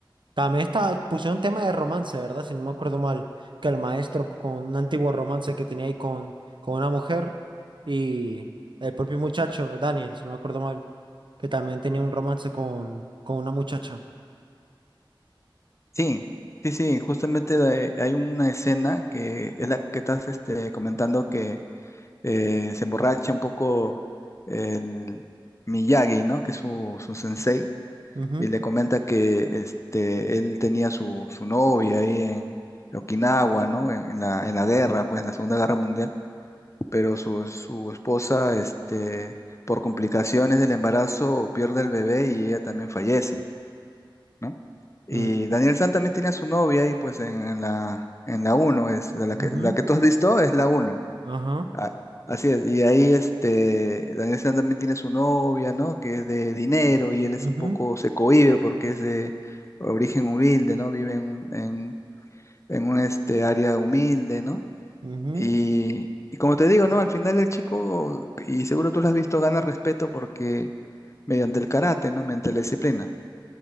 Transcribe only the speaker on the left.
Sí. Sí, sí, justamente eh, hay una escena que es la que estás este, comentando que eh, se emborracha un poco el Miyagi, ¿no? Que es su, su sensei,
y le comenta que este, él tenía su, su novia ahí en Okinawa, ¿no? En, en la, en la guerra, pues en la Segunda Guerra Mundial, pero su, su esposa, este, por complicaciones del embarazo, pierde el bebé y ella también fallece. ¿no? Y
Daniel San también tiene a su novia ahí pues en, en la en la uno es de la
que la que tú has visto es la uno
Ah, así es, y ahí este, Daniel San también tiene su novia, ¿no? Que es de dinero y él es
un poco, se cohíbe porque es de origen humilde, ¿no? Vive en un, en, en un este, área humilde, ¿no?
Y, y como te digo, ¿no? Al final el chico, y seguro tú lo has visto, gana respeto porque mediante el karate, ¿no? Mediante la disciplina.